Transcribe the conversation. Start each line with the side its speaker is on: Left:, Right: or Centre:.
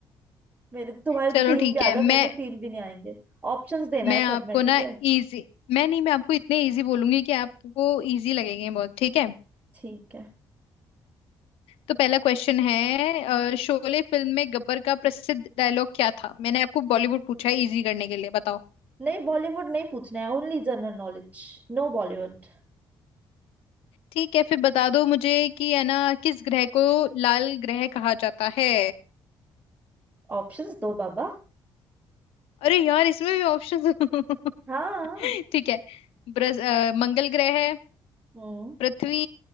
Right: मेरे तुम्हारे तो
Left: चलो
Right: तीन
Left: ठीक
Right: भी आ
Left: है
Right: गए
Left: मैं
Right: मेरे तो तीन भी नहीं आएंगे ऑप्शंस देना
Left: मैं
Right: है
Left: आपको
Right: सब में ठीक
Left: ना
Right: है
Left: इजी मैं नहीं मैं आपको इतने इजी बोलूंगी कि आपको इजी लगेंगे बहुत ठीक है
Right: ठीक है
Left: तो पहला क्वेश्चन है अ, शोले फिल्म में गब्बर का प्रसिद्ध डायलॉग क्या था मैंने आपको बॉलीवुड पूछा है इजी करने के लिए बताओ
Right: नहीं बॉलीवुड नहीं पूछना है only general knowledge No Bollywood
Left: ठीक है फिर बता दो मुझे कि है ना किस ग्रह को लाल ग्रह कहा जाता है
Right: Options दो बाबा
Left: अरे यार इसमें भी ऑप्शन <laughs>
Right: हाँ
Left: ठीक है ब्रज, अ, मंगल ग्रह है
Right: हम्म
Left: पृथ्वी